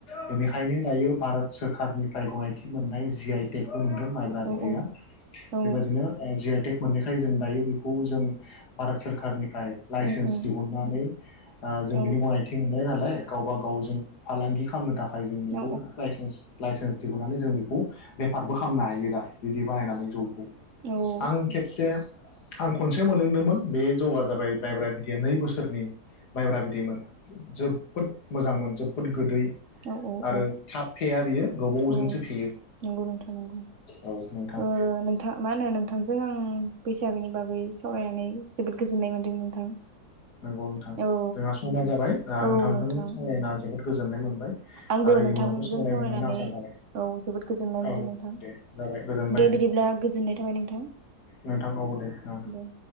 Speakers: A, on the left; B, on the right.
A: बेनिखायनो दायो भारत सोरखारनिफ्राय गनायथि मोननाय जि आइ टेक मोनदों माइब्रा
B: औ
A: बिदैया
B: औ
A: बेबादिनो ओ जि आइ टेक मोननायखाय जों दायो बेखौ जों भारोत सोर कारनि फ्राय लाइसेन्स
B: उम उम
A: दिहुननानै ओ जों
B: औ
A: बिनि गनायथि मोनबाय नालाय गावबा गावजों फालांगि खामनो थाख फाय जों बेखौ
B: औ
A: लाइसेन्स लाइसेन्स दिहुननानै जों बेखौ बेफारबो खामनो हायो दा बिदि बानायनानै जौखौ
B: औ
A: आं खेबसे आं खनसे मोनलोंदोंमोन बे जौआ जाबाय मायब्रा बिदैया नै बोसोरनि माइब्रा बिदैमोन जोबोद मोजांमोन जोब बुहुबद गोदै
B: औ औ
A: आरो
B: औ
A: थाब फेया बियो गोबावजोंसो
B: औ
A: फेयो
B: नोंगौ नोंथां नोंगौ
A: औ नोंथां
B: ओ नोंथां मा होनो नोंथांजों आं बैसागोनि बागै सावरायनानै जोबोद गोजोननाय मोन्दों नोंथां
A: नोंगौ नोंथां
B: औ
A: जोंहा समा जाबाय दा
B: औ
A: नोंथांजों
B: नोंथां
A: सावरायना जोबोद गोजोननाय मोनबाय
B: आंबो
A: आरो
B: नोंथांजों
A: इयुनावबो सावरायगोन
B: सावरायनानै
A: होननानै आसा थाबाय
B: औ जोबोद गोजोननाय मोनदों
A: औ
B: नोंथां
A: दे जाबाय गोजोनबाय
B: दे बिदिब्ला गोजोननाय थाबाय नोंथां
A: नोंथां औ दे औ
B: दे ।